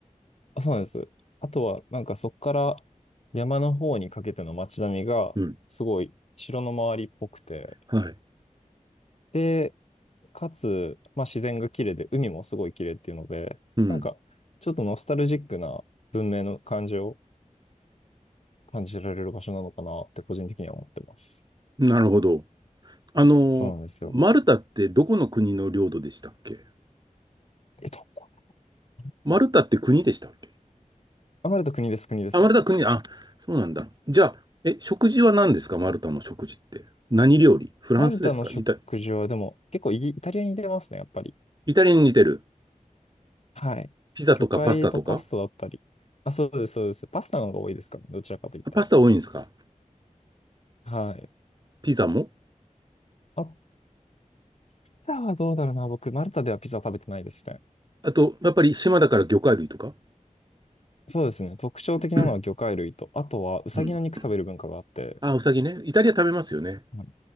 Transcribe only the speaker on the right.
うん。はい。
うん。
なるほど。あの、
マルタってどこの国の領土でしたっけ
マルタって国でしたっけ
あ、マルタ国、あ、そうなんだ。じゃあ、え、食事は何ですかマルタの食事って。何料理フランスですかイタ、
イタリアに似てる。
ピザとかパスタとか
あパスタ多いんですか
ピザも
あと、やっぱり島だから魚介類とか
<coughs> う
ん。あ、ウサギね。イタリア食べますよね。